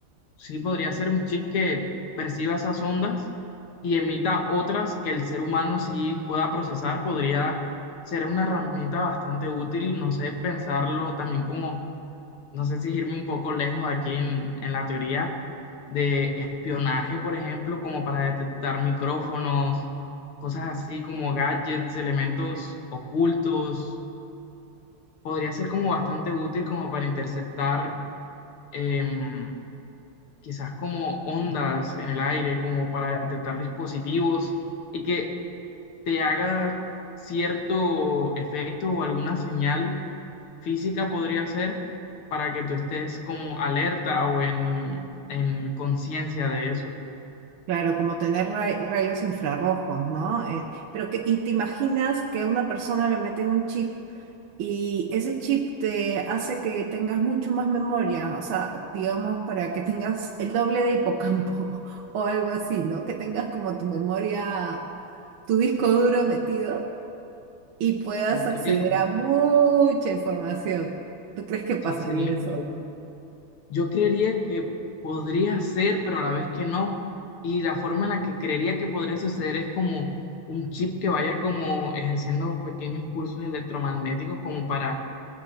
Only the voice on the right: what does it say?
Claro, como tener ray- rayos infrarrojos, ¿no? Eh, pero que, y te imaginas que a una persona le meten un chip Y ese chip te hace que tengas mucho más memoria, o sea, digamos, para que tengas el doble de hipocampo <laughs> o algo así, ¿no? Que tengas como tu memoria, tu disco duro metido y puedas
acceder
a mucha información. ¿Tú crees que pasaría
eso?